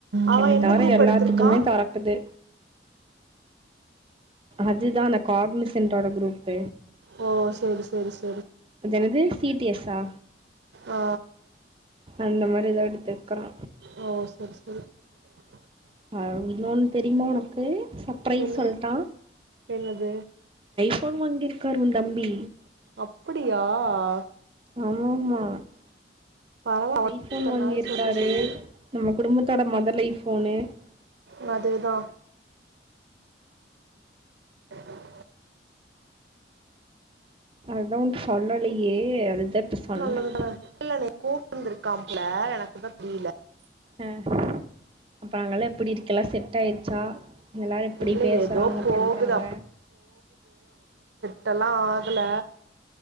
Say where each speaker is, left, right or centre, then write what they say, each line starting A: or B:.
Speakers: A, on the right (about 70°); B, on the right (about 30°).
A: அவ
B: என்ன தவிர
A: குரூப்
B: எல்லாத்துக்குமே
A: எடுத்திருக்கா
B: தரக்குது அதுதா கார்மிசன்டோட குரூப்
A: ஓ சேரி சேரி சேரி
B: அதனது சி டி எஸ் ஆ
A: ஆ
B: அந்த மாதிரி ஏதாவ எடுத்துக்கறா
A: ஓ <inaudible>
B: அஹ இன்னொன்னு தெரியுமா உனக்கு சப்ரைஸ்
A: பெண்
B: சொல்டா
A: என்னது
B: போன் வாங்கிருக்காரு உன் தம்பி
A: அப்படியா ஆ <inaudible>
B: ஆமா ஆமா
A: பரவா அவ
B: ஐபோன்
A: இத்தன்
B: வாங்கியிருக்காரு
A: நாள் சொல்லி சொல்லி
B: நமக்கு குடும்பத்தோட மதலை ஃபோனு
A: வதுதா <inaudible>
B: அதுதா உன் சொல்ல வையே அதுதான் இப்ப சொன்னே
A: நல்லதுதான இல்லனே கூப்ட்ருந்திருக்காம் போல எனக்குதா தெரில
B: அஹ அப்ப அங்கல்லா எப்பிடி இருக்க எல்லா செட் ஆயிருச்சா எல்லாரு எப்படி
A: இல்ல
B: பேசுறாங்க
A: ஏதோ போகுது
B: பண்றாங்க
A: செட் இல்லா ஆகல